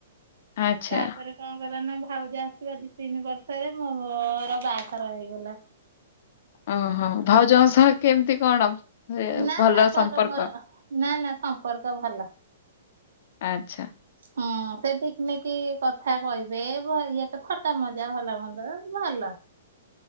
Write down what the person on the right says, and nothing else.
ତାପରେ କଣ କଲା ନା ଭାଉଜ ଆସିବା ଦି ତିନି ବର୍ଷରେ ମୋର ବାହାଘର ହେଇଗଲା।
ନା
ତାଙ୍କର
ମୋର ନା ନା ସମ୍ପର୍କ ଭଲ
ହଁ ହଁ ସେ ଟିକ୍ ନିକ୍ କଥା କହିବେ ଇଏ ଏକ ଥଟା ମଜା ଭଲ ମନ୍ଦ ଭଲ